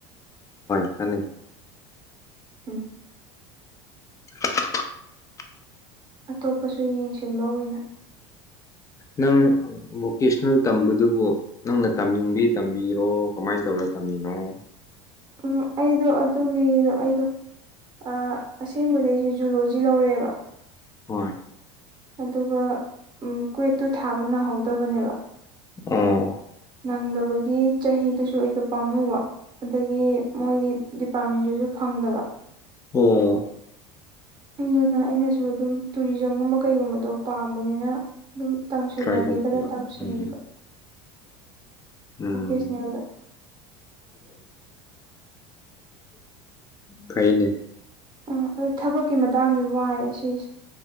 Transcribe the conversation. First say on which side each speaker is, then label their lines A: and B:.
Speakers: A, on the left (about 20°); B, on the right (about 30°).
A: ꯀꯅꯤ
B: ꯎꯝ
A: <unintelligible>
B: ꯑꯇꯣꯞꯄꯁꯨ ꯌꯦꯡꯁꯤꯟꯕ ꯑꯣꯏꯅ꯫ <unintelligible>
A: ꯅꯪ ꯚꯣꯀꯦꯁꯅꯦꯜ ꯇꯝꯕꯗꯨꯕꯨ ꯅꯪꯅ ꯇꯝꯅꯤꯡꯕꯤ ꯇꯝꯕꯤꯔꯣ ꯀꯃꯥꯏꯅ ꯇꯧꯔꯣ ꯇꯝ ꯃꯤꯅꫭ
B: ꯎꯝ ꯑꯩꯗꯣ ꯑꯗꯨꯒꯤꯗꯣ ꯑꯩꯗꯣ ꯑꯥ ꯑꯁꯦꯡꯕꯗꯤ ꯑꯩꯁꯦ ꯖꯨꯂꯣꯖꯤ ꯂꯧꯔꯦꯕ꯫
A: ꯍꯣꯏ꯫
B: ꯑꯗꯨꯒ ꯎꯝ ꯀ꯭ꯨꯋꯦꯠꯇꯨ ꯊꯥꯕ ꯅꯪꯍꯧꯗꯕꯅꯦꯕ꯫
A: ꯑꫭ
B: ꯅꯪꯗꯕꯒꯤ ꯆꯍꯤꯗꯨꯁꯨ ꯑꯩꯗꯣ ꯄꯥꯝꯃꯨꯕ꯫ ꯑꯗꯒꯤ ꯃꯣꯏꯒꯤ ꯗꯤꯄꯥꯔꯠꯃꯦꯟꯁꯤꯁꯨ ꯐꯪꯗꯕ꯫
A: ꯑꯣ
B: ꯑꯗꯨꯅ ꯑꯩꯅꯁꯨ ꯑꯗꯨꯝ ꯇꯨꯔꯤꯖꯝꯒꯨꯝꯕ ꯀꯩꯒꯨꯝꯕꯗꯣ ꯄꯥꯝꯕꯅꯤꯅ ꯑꯗꯨꯝ ꯇꯝꯁꯤꯜꯂꯒꯦꯗꯅ
A: ꯇ꯭ꯔꯥꯏ ꯇꯧꯕ
B: ꯇꯝꯁꯤꯟꯈꯤꯕ꯫
A: ꯎꯝ ꯎꯝ
B: ꯚꯣꯀꯦꯁꯅꯦꯜꯗ
A: ꯐꯩꯏꯅꯦ꯫
B: ꯑꯥ ꯑꯗꯨ ꯊꯕꯛꯀꯤ ꯃꯇꯥꯡꯗꯤ ꯋꯥꯍ ꯁꯤꯁꯦ